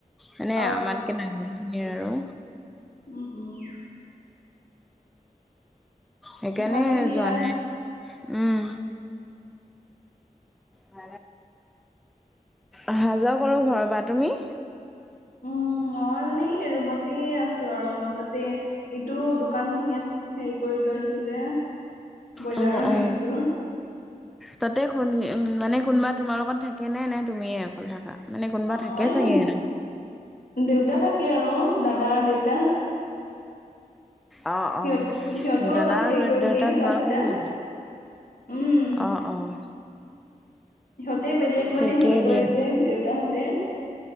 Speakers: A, in the centre; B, on the left.
A: মানে
B: অ
A: আমাতকে ডাঙৰখিনিৰ আৰু।
B: উম', উম'।
A: সেইকাৰণে
B: ভালেই দিয়া
A: যোৱা নাই, উম। <unintelligible> আহা যোৱা কৰো ঘৰৰ পৰা। তুমি?
B: উম, মই মানে এই ৰুমতে আছোঁ আৰু তাতে ইটো দোকানখন ইয়াত হেৰি কৰি লৈছো যে ব্ৰইলাৰৰ
A: অ' অ'
B: হেৰিটো
A: তাতে শুনি মানে কোনোবা তোমাৰ লগত থাকে নে নে তুমিয়ে অকল থকা মানে কোনোবা
B: অ
A: থাকে
B: এই
A: চাগে
B: দেউতা থাকে আৰু দাদা দেউতা
A: অ' অ'
B: সিহঁত সিহঁতো
A: দাদা
B: অলপ
A: আৰু
B: হেৰি কৰি
A: দেউতা
B: দিয়ে চোৱা
A: তোমালোকলৈ
B: চিতা উম
A: অ' অ'
B: সিহঁতে বেলেগ মানে
A: ঠিকেই
B: হেৰি কৰে
A: দিয়া
B: যে দেউতাহঁতে